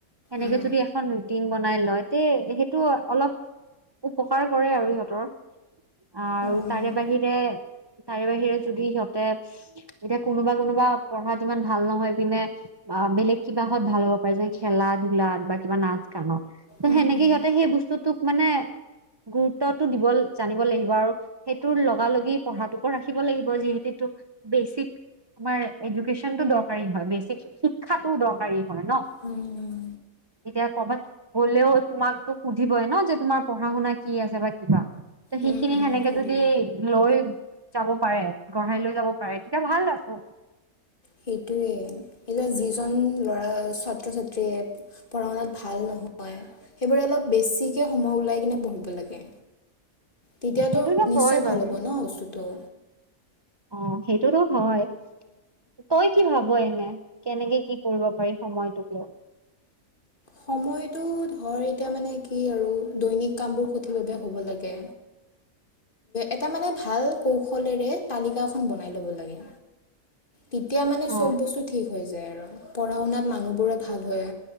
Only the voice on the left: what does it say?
উম,
অ',
উম,
উম,
উম, উম।
উম, উম,
সুধিব।
সেইটোৱে, এতিয়া যিজন ল'ৰা ছাত্ৰ ছাত্ৰীয়ে পঢ়াশুনাত ভাল নহয়, সেইবোৰে অলপ বেছিকে সময় ওলাই কিনে পঢ়িব লাগে। তেতিয়াতো
নিশ্চয়
ভাল হ'ব ন বস্তুটো।
সময়টো ধৰ এতিয়া মানে কি আৰু দৈনিক কামবোৰ সঠিকভাৱে হ'ব লাগে। এটা মানে ভাল কৌশলেৰে তালিকা এখন বনাই ল'ব লাগে। তেতিয়া মানে
চব বস্তু ঠিক হৈ যায় আৰু পঢ়া শুনাত মানুহবোৰে ভাল হয়।